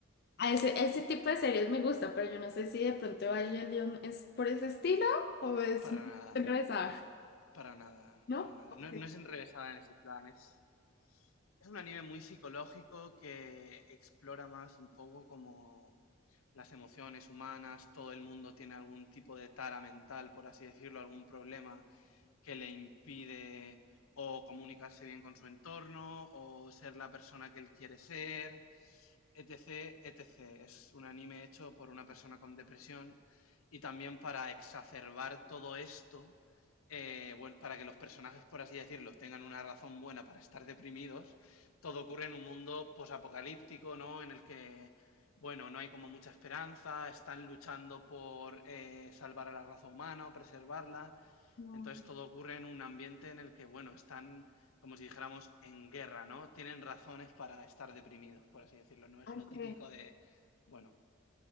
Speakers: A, on the left; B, on the left.
A: A ese, ese tipo de series me gusta, pero yo no sé si de pronto Evangelion es por ese estilo o es
B: para nada,
A: enrevesada,
B: pa- para, nada,
A: ¿no?
B: para nada.
A: Ok.
B: No, no es enrevesada en ese plan, es Es un anime muy psicológico que explora más un poco como las emociones humanas, todo el mundo tiene algún tipo de tara mental, por así decirlo, algún problema que le impide o comunicarse bien con su entorno o ser la persona que él quiere ser etc, etc. Es un anime hecho por una persona con depresión y también para exacerbar todo esto, eh, bueno, para que los personajes, por así decirlo, tengan una razón buena para estar deprimidos, todo ocurre en un mundo posapocalíptico, ¿no? En el que, bueno, no hay como mucha esperanza, están luchando por eh, salvar a la raza humana o preservarla,
A: No,
B: entonces todo ocurre en un ambiente en el que, bueno, están, como si dijéramos, en guerra, ¿no? Tienen razones para estar deprimidos, por así decirlo. No es
A: ok.
B: lo típico de, bueno,